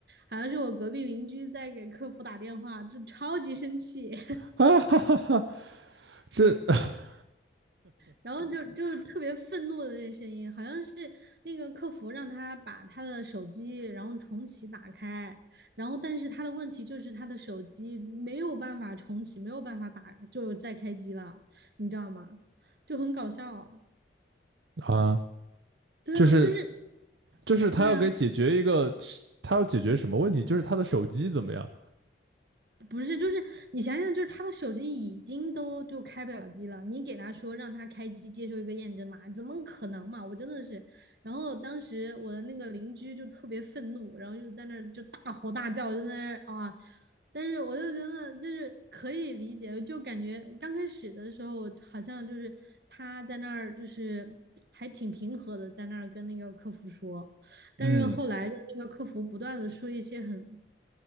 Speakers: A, on the right (about 60°); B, on the right (about 75°).
A: 好像是我隔壁邻居在给客服打电话，就超级生气，
B: <laughs> 啊哈哈哈，这 <laughs>
A: 然后就就是特别愤怒的那声音，好像是那个客服让他把他的手机然后重启打开，然后但是他的问题就是他的手机没有办法重启，没有办法打，就再开机了，你知道吗？就很搞笑，
B: 啊，
A: 对啊，
B: 就是
A: 就是。
B: 就是他要给解决一个，
A: 对啊，
B: 他要解决什么问题？就是他的手机怎么样？
A: 不是，就是你想想，就是他的手机已经都就开不了机了，你给他说让他开机接受一个验证码，怎么可能嘛？我真的是，然后当时我的那个邻居就特别愤怒，然后就在那儿就大吼大叫，就在那儿啊，但是我就觉得就是可以理解，就感觉刚开始的时候，我好像就是他在那儿就是还挺平和的，在那儿跟那个客服说。但是后来就是那个客服不断的说一些很
B: 嗯，